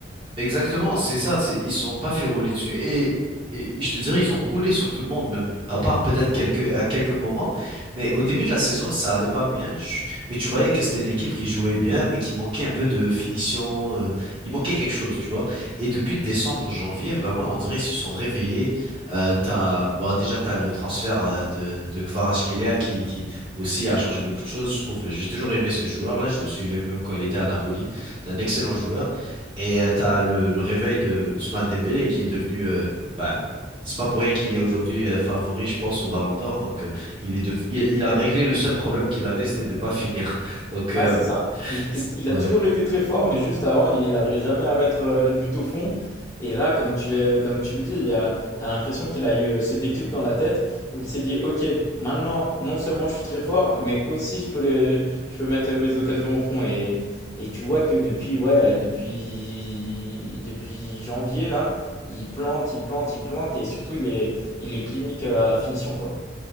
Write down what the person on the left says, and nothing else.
Ah, c'est ça. Il était,
il
a toujours été très fort, mais juste avant, il n'arrivait jamais à mettre euh, les buts au fond. Et là, comme tu, comme tu le dis, il y a, t'as l'impression qu'il a eu euh, ce déclic dans la tête où il s'est dit, OK, maintenant, non seulement je suis très fort, mais aussi je peux les, je peux mettre euh, mes occasions au fond. Et, et tu vois que depuis, ouais, depuis, depuis janvier, là, il plante, il plante, il plante, et surtout, il est, il est clinique euh, à la finition, quoi.